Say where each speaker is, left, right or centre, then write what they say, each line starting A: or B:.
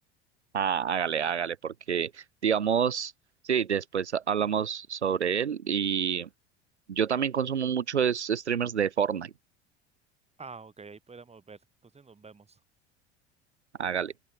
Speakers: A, on the right (about 80°); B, on the right (about 20°).
A: Ah, hágale, hágale, porque digamos, sí, después hablamos sobre él y yo también consumo muchos streamers de Fortnite.
B: Ah, ok, ahí podemos ver. Entonces nos vemos.
A: Hágale.